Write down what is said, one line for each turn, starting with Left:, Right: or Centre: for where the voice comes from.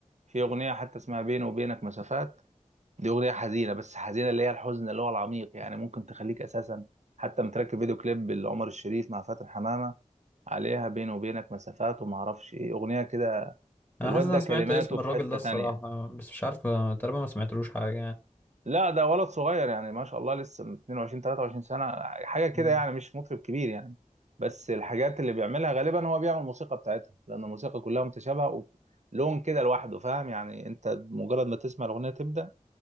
Right: في اغنيه حتى اسمها بيني وبينك مسافات دي اغنيه حزينه بس حزينه اللي هي الحزن اللي هو العميق يعني ممكن تخليك اساسا حتى متركب فيديو كليب لعمر الشريف مع فاتن حمامه عليها بيني وبينك مسافات وما اعرفش ايه اغنيه كده
Left: انا
Right: الواد
Left: حاسس ان انا
Right: ده
Left: سمعت
Right: كلماته
Left: اسم
Right: في
Left: الراجل
Right: حته
Left: ده الصراحه
Right: تانية
Left: بس مش عارف آه، تقريبا ما سمعتلوش حاجه يعني
Right: لا ده ولد صغير يعني ما شاء الله لسه من 22 23 سنة حاجة كده
Left: مم.
Right: يعني مش مطرب كبير يعني بس الحاجات اللي بيعملها غالبا هو بيعمل الموسيقى بتاعتها لأن الموسيقى كلها متشابهة ولون كده لوحده فاهم يعني أنت مجرد ما تسمع الأغنية تبدأ